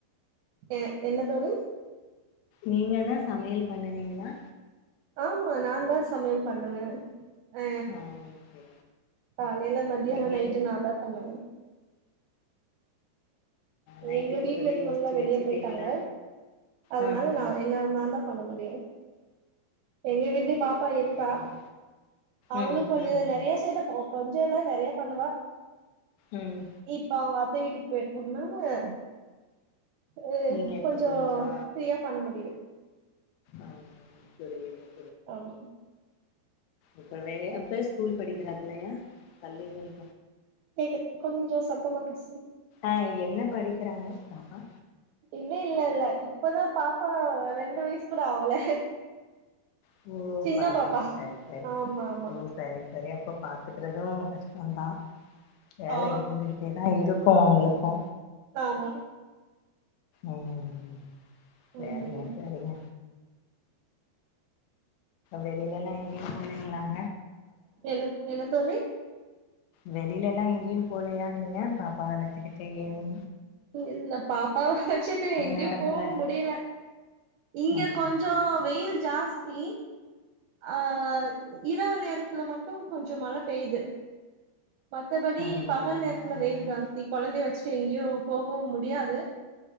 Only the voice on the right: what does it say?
ஆ என்ன தோழி
ஆமா நாந்தா சமையல் பண்ணுவே அ
காலையில மத்தியான
நைட்டு நாந்தா பண்ணுவே
எங்க வீட்டுல
இருக்கவங்கல்லா
வெளிய
போயிட்டாங்க அதனால
நா
என்ன நாந்தா பண்ண முடியு எங்க வீட்லயு
பாப்பா இருக்கா
அவளு
கொஞ்ச
நெறைய சேட்ட போ கொஞ்சல்ல நெறையா பண்ணுவா
இப்ப அவங்கப் அத்த வீட்டுக்கு போயிருக்காங்க ஆ அது
கொஞ்ச
ஃப்ரியா பண்ண முடியு
அல்லது
கேக்குது கொஞ்ச சத்தமா பேசுங்க
இல்ல இல்ல இல்ல இப்பதா பாப் ஆ ரெண்டு வயசு கூட ஆவல
சின்ன பாப்பா
ஆமா ஆமா
ஆ
ஆமா
ம்
என்ன என்ன தோழி
இல்ல பாப்பாவ வச்சுட்டு எங்கயு
போ முடியல இங்க
கொஞ்ச வெயில் ஜா ஜாஸ்தி ஆ இரவு நேரத் த்துல மட்டு கொஞ்ச மழ பெய்யுது மத்தபடி
பகல் நேரத்துல
வெயில் ஜாஸ்தி கொழந்தைய வச்சு எங்கயு போகவு முடியாது